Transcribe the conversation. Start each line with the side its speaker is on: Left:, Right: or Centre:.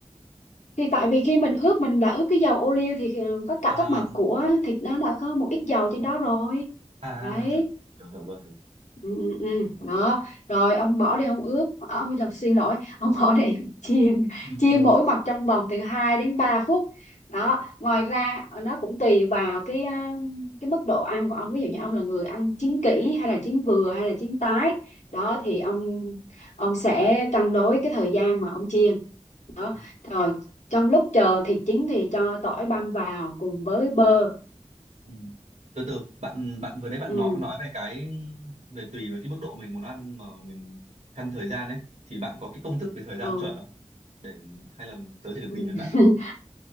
Left: thì tại vì khi mình ướp mình đã ướp cái dầu ô liu thì ờ, tất cả
Right: À,
Left: các mặt của thịt nó đã có một ít dầu trên
Right: ờ,
Left: đó rồi
Right: à
Left: đấy
Right: hiểu, hiểu, hiểu, hiểu rồi, hiểu rồi.
Left: ừ, ừ, ừ. đó rồi ông bỏ đi ông ướp à, ông làm xin lỗi ông bỏ đi <laughs> chiên
Right: Ừ,
Left: chiên
Right: ờ,
Left: mỗi mặt trong vòng từ hai đến ba phút đó ngoài ra ờ, nó cũng tùy vào cái à, cái mức độ ăn của ông ví dụ như ông là người ăn chín kỹ hay là chín vừa hay là chín tái đó thì ông ông sẽ cân đối cái thời gian mà ông chiên đó
Right: ừ.
Left: rồi trong lúc chờ thịt chín thì cho tỏi băm vào cùng với bơ
Right: Ừ. Từ từ bạn bạn vừa nãy bạn
Left: ừ
Right: nói nói về cái về tùy với cái mức độ mình muốn ăn mà mình căn thời gian ấy thì bạn có cái công thức về thời gian
Left: ừ
Right: chuẩn không để hay là tớ chỉ cần
Left: ừ.
Right: tìm trên mạng là
Left: <laughs>
Right: được